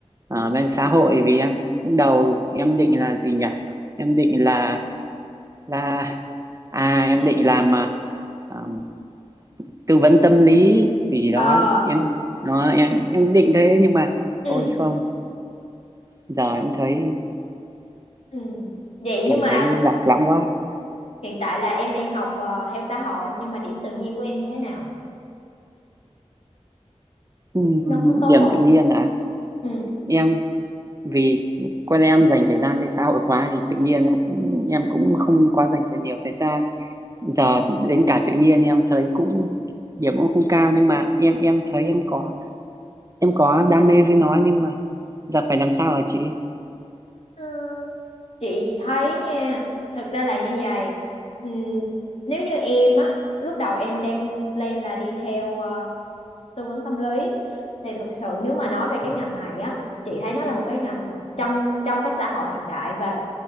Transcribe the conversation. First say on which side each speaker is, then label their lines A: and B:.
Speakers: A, on the right (about 30°); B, on the left (about 65°).
A: ờ, bên xã hội vì em lúc đầu em định là gì nhỉ em định là là à em
B: ừ
A: định làm ờ, ờm, tư vấn tâm lý gì đó
B: ờ
A: em nó em em định thế nhưng mà
B: ừ
A: ôi không giờ em thấy
B: ừ vậy
A: cảm
B: nhưng mà
A: thấy lạc lõng quá
B: hiện tại là em đang học ờ, theo xã hội nhưng mà điểm tự nhiên của em như thế nào
A: Ừm,
B: nó có tốt
A: điểm
B: không
A: tự nhiên à
B: ừ
A: em vì con em dành thời gian lên xã hội quá thì tự nhiên nó cũng em cũng không quá dành cho nhiều thời gian giờ
B: ừ
A: đến cả tự nhiên em thấy cũng điểm cũng không cao nhưng mà em em thấy em có em có đam mê với nó nhưng mà giờ phải làm sao hả chị
B: Ờ, chị thấy nha thực ra là như vậy ừ, nếu như em á lúc đầu em đang plan là đi theo ờ, tư vấn tâm lý thì thực sự nếu mà nói về cái ngành này á chị thấy nó là một cái ngành trong trong cái xã hội hiện đại và